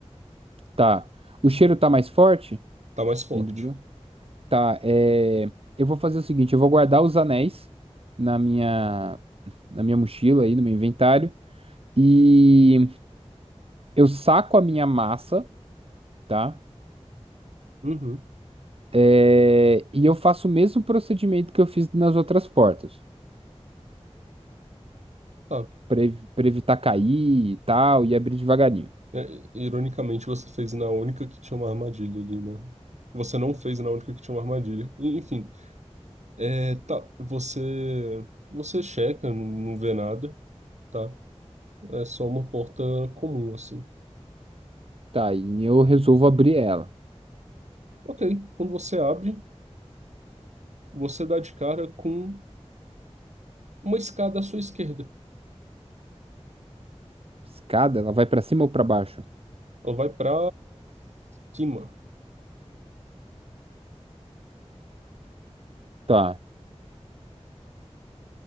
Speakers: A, on the right; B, on the right.
A: Tá. O cheiro tá mais forte?
B: Tá mais forte.
A: Vindo de lá. Tá, é... Eu vou fazer o seguinte, eu vou guardar os anéis na minha, na minha mochila aí, no meu inventário. E eu saco a minha massa, tá?
B: Uhum.
A: É, E eu faço o mesmo procedimento que eu fiz nas outras portas.
B: Tá.
A: para evitar cair e tal, e abrir devagarinho.
B: É, ironicamente, você fez na única que tinha uma armadilha ali, né? Você não fez na única que tinha uma armadilha. E, Enfim, é, tá. Você, você checa, não, não vê nada, tá? É só uma porta comum, assim.
A: Tá, e eu resolvo abrir ela.
B: Ok. Quando você abre, você dá de cara com uma escada à sua esquerda.
A: Escada? Ela vai pra cima ou pra baixo?
B: Ela vai pra cima.
A: Tá.